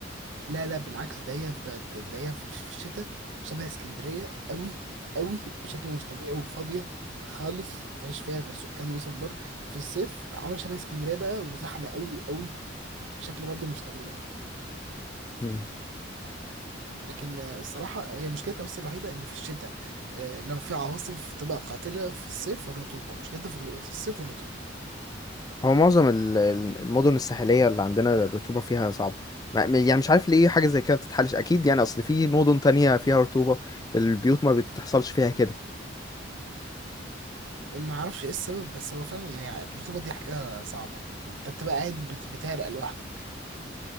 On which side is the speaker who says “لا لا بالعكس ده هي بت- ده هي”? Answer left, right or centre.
Right